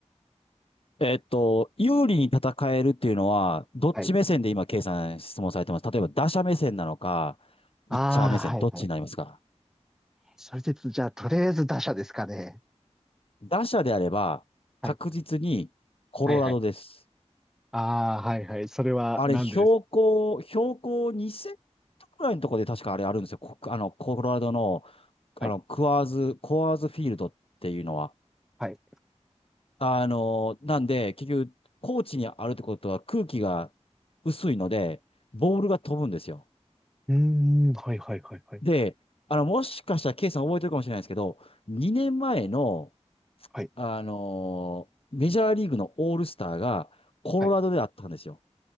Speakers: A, on the left (about 55°); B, in the centre.
A: い。えっと、有利に戦えるっていうのは、どっち目線で今、
B: はい。
A: ケイさん質問されてます。例えば、打者目線なのか、
B: ああ、
A: ピッチャー目線、
B: はいはい。
A: どっちになりますか
B: それで、じゃあ、とりあえず打者ですかね。
A: 打者であれば、
B: はい。
A: 確実にコロラドです。
B: はいはい。ああ、はいはい。それはなんでですか
A: あれ、標高、標高2000くらいのところで確かあれあるんですよ。こあの、コロラドの、
B: はい。
A: あの、クワーズ、コアーズフィールドっていうのは。
B: はい。
A: あの、なんで、結局、高地にあるってことは空気が薄いので、ボールが飛ぶんですよ。
B: うーん、はいはいはいはい。
A: で、あの、もしかしたらケイさん覚えてるかもしれないですけど、2年前の、
B: はい。
A: あのーメジャーリーグのオールスターがコロラドであったんですよ。
B: はい。